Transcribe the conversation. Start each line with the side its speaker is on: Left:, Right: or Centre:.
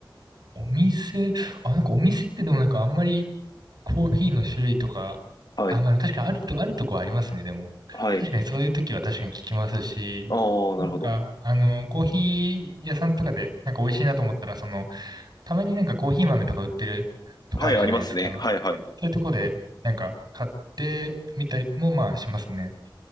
Right: お店、あ、なんかお店ってでもなんかあんまりコーヒーの種類とか、
Left: はい。
Right: あ、まあ確かにあると、あるとこはありますね、でも。
Left: はい。
Right: 確かにそういう時は確かに聞きますし、
Left: ああ、なるほど。
Right: なんか、あの、コーヒー屋さんとかでなんか美味しいなと思ったら、その、たまになんかコーヒー豆とか売ってるとこあるじゃないですか。
Left: はい、ありますね。はいはい。
Right: そういうとこでなんか買ってみたりもまあしますね。